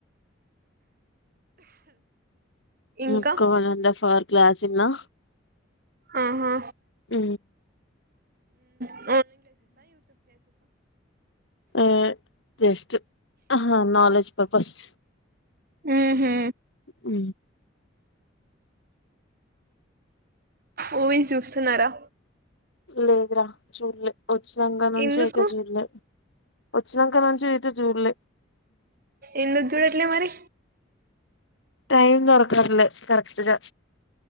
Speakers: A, on the right (about 50°); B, on the left (about 65°).
A: ఇంకా
B: ముక్కవంద ఫార్ క్లాసిలా
A: ఆహా
B: ఉ
A: ఆ
B: ఆ జస్ట్ నాలెడ్జ్ పర్పస్
A: ఆహా
B: ఉ
A: ఓహ చూస్తున్నారా
B: లేదురా చూడలేదు ఉచ్చిలంక నుంచి
A: ఎందుకు
B: అయితే చూల్లే ఉచ్చలంక నుంచి జూల
A: ఎందు గ్యూడ ఎట్లే మరి
B: టైమ్ొరకదులే కరెక్ట్గా